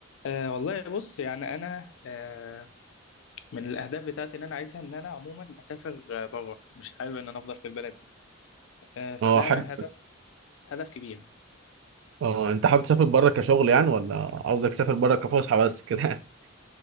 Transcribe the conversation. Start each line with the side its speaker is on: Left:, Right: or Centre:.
Left: أه والله بص يعني انا أه من الاهداف بتاعتي ان انا عايزها ان انا عموما اسافر آه، بره مش حابب ان انا افضل في البلد أه فده
Right: اه حابب
Left: هدف هدف كبير
Right: اه انت حابب تسافر بره كشغل يعني ولا قصدك تسافر بره كفسحه بس كده <laughs>